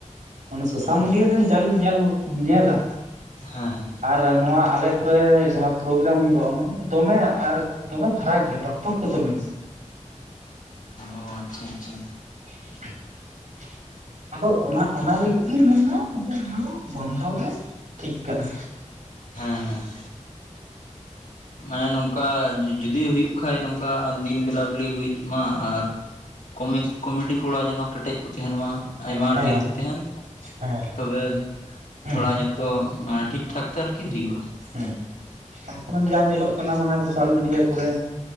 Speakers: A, on the right (about 85°); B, on the left (about 85°).
A: ᱢᱟᱱᱮ ᱥᱳᱥᱟᱞ
B: ᱦᱮᱸ
A: ᱢᱤᱰᱤᱭᱟ ᱨᱮ ᱡᱟ ᱞᱤᱧ ᱧᱮᱞ ᱧᱮᱞᱟ ᱾
B: ᱦᱮᱸ ᱦᱮᱸ ᱾
A: ᱟᱨ ᱱᱚᱣᱟ ᱟᱞᱮ ᱠᱚᱨᱮ ᱡᱟᱦᱟᱸ ᱯᱨᱳᱜᱽᱨᱟᱢ ᱦᱩᱭᱩᱜᱼᱟ ᱚᱱᱟ ᱫᱚᱢᱮ ᱟᱨ ᱫᱚᱢᱮ ᱯᱷᱟᱨᱟᱠ ᱜᱮᱭᱟ ᱯᱟᱨᱛᱷᱚᱠᱚ ᱫᱚᱢᱮ ᱢᱮᱱᱟᱜᱼᱟ ᱾
B: ᱚᱸ ᱟᱪᱪᱷᱟ ᱟᱪᱪᱷᱟ ᱾
A: <unintelligible> ᱟᱫᱚ ᱚᱱᱟ ᱚᱱᱟ ᱞᱟᱹᱜᱤᱫ ᱛᱮᱞᱤᱧ ᱢᱮᱱᱫᱟ ᱡᱮ ᱚᱱᱟ ᱵᱚᱱᱫᱚ ᱜᱮ ᱴᱷᱤᱠ ᱠᱟᱱᱟ᱾
B: ᱦᱮᱸ ᱦᱮᱸ ᱾ ᱢᱟᱱᱮ ᱱᱚᱝᱠᱟ ᱡᱩᱫᱤ ᱦᱩᱭᱩᱜ ᱠᱷᱟᱡ ᱱᱚᱝᱠᱟ ᱫᱤᱱ ᱵᱮᱞᱟ ᱵᱮᱞᱤ ᱦᱩᱭᱩᱜ ᱢᱟ, ᱟᱨ ᱠᱚᱢᱮ ᱠᱚᱢᱮᱴᱤ ᱠᱚᱲᱟ ᱡᱮᱱᱚ ᱠᱮᱴᱮᱡ ᱠᱚ ᱛᱟᱦᱮᱱ ᱢᱟ ᱾ ᱟᱭᱢᱟ
A: ᱦᱮᱸ
B: ᱰᱷᱮᱨ ᱠᱚ ᱛᱟᱦᱮᱱ
A: ᱦᱮᱸ
B: ᱛᱚᱵᱮ
A: ᱦᱩᱸ
B: ᱛᱷᱚᱲᱟ ᱡᱷᱚᱛᱚ ᱮᱸ ᱴᱷᱤᱠ ᱴᱷᱟᱠ ᱛᱮ ᱟᱨᱠᱤ ᱦᱩᱭᱩᱜᱭᱼᱟ ᱾
A: ᱦᱮᱸ ᱮᱠᱷᱚᱱ ᱡᱟ ᱧᱮᱞᱚᱜ ᱠᱟᱱᱟ ᱢᱟᱱᱮ ᱥᱳᱥᱟᱞ ᱢᱤᱰᱤᱭᱟ ᱠᱚᱨᱮ